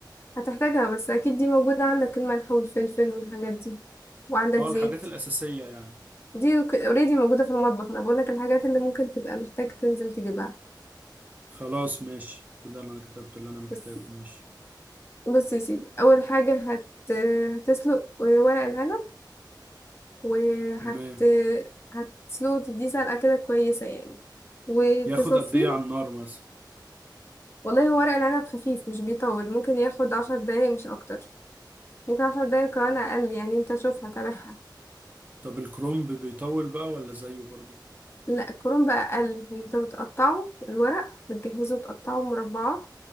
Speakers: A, on the left; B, on the right.
A: هتحتاجها بس اكيد دي موجودة عندك الملح والفلفل والحاجات دي وعندك
B: اه
A: زيت
B: الحاجات الاساسية يعني
A: دي اوريدي موجودة في المطبخ انا بقولك الحاجات اللي ممكن تبقى محتاج تنزل تجيبها
B: خلاص ماشي كده انا كتبت اللي انا محتاجه
A: بس
B: ماشي
A: بص يا سيدي اول حاجه هت هتسلق ورق العنب وهت
B: تمام
A: هتسلقه تديه سلقه كده كويسه يعني وتصفيه
B: ياخد قد ايه على النار مثلا
A: والله هو ورق العنب خفيف مش بيطول ممكن ياخد عشر دقايق مش اكتر ممكن عشر دقايق كمان
B: آه،
A: اقل يعني انت شوف هتابعها
B: طب الكرنب بيطول بقى ولا زيه برضو
A: لا الكرنب بقى اقل انت بتقطعه الورق بتجهزه تقطعه مربعات